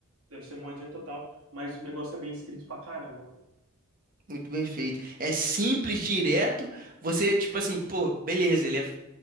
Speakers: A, on the right; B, on the right.
A: Deve ser modinha total, mas o negócio é bem escrito pra caramba, mano.
B: Muito bem feito. É simples, direto. Você, tipo assim, pô, beleza, ele é,